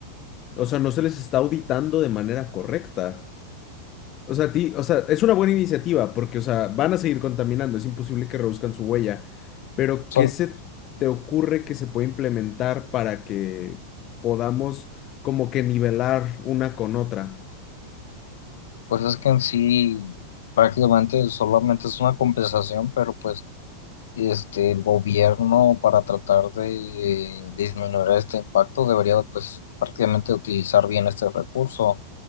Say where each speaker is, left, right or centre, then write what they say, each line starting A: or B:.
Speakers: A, on the left; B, on the left.
A: O sea, no se les está auditando de manera correcta. O sea, ti, o sea, es una buena iniciativa porque, o sea, van a seguir contaminando, es imposible que reduzcan su huella, pero
B: Sol-
A: ¿qué se te ocurre que se puede implementar para que podamos como que nivelar una con otra?
B: pues es que en sí prácticamente solamente es una compensación, pero pues este, el gobierno para tratar de disminuir este impacto debería pues prácticamente utilizar bien este recurso